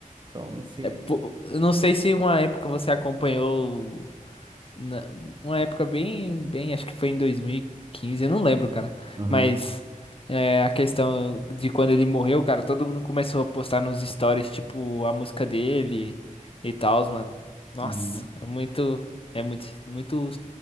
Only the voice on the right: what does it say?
como se.
Aham,
uhum,